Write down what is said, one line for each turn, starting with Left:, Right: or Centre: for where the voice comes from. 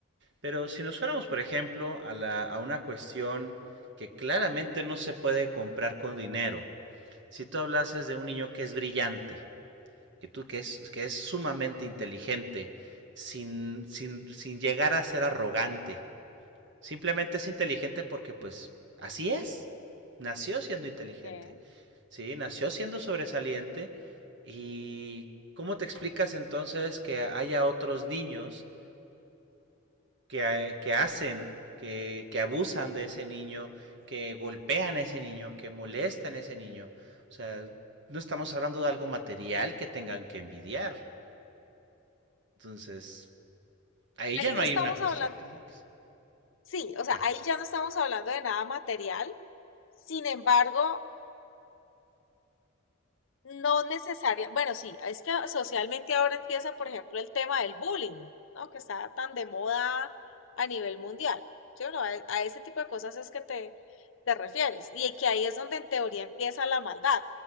Right: Pero si nos fuéramos, por ejemplo, a la, a una cuestión que claramente no se puede comprar con dinero si tú hablases de un niño que es brillante, que tú que es, que es sumamente inteligente, sin, sin, sin llegar a ser arrogante, simplemente es inteligente porque pues así es, nació siendo inteligente,
Left: Ok.
Right: ¿sí? Nació siendo sobresaliente y ¿cómo te explicas entonces que haya otros niños que, que hacen, que, que abusan de ese niño, que golpean a ese niño, que molestan a ese niño. O sea, no estamos hablando de algo material que tengan que envidiar. Entonces, ahí
Left: Ahí
Right: ya no
Left: no
Right: hay
Left: estamos
Right: una cuestión
Left: hablando,
Right: de clase.
Left: sí, o sea,
Right: Ah,
Left: ahí ya no estamos hablando de nada material, sin embargo, no necesaria, bueno, sí, es que socialmente ahora empieza, por ejemplo, el tema del bullying, ¿no? Que está tan de moda a nivel mundial, ¿sí o no? A, a ese tipo de cosas es que te, te refieres, y que ahí es donde en teoría empieza la maldad,